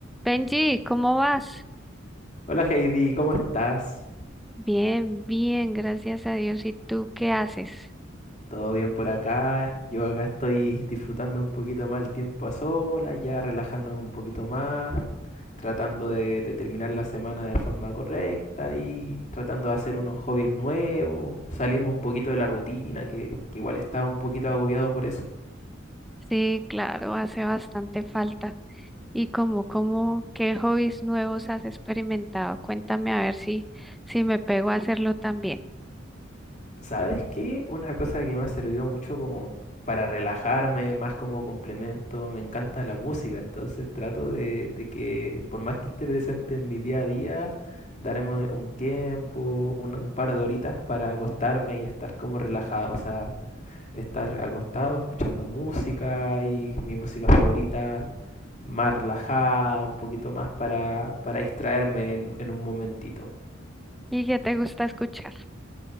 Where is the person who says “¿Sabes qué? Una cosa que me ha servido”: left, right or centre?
Left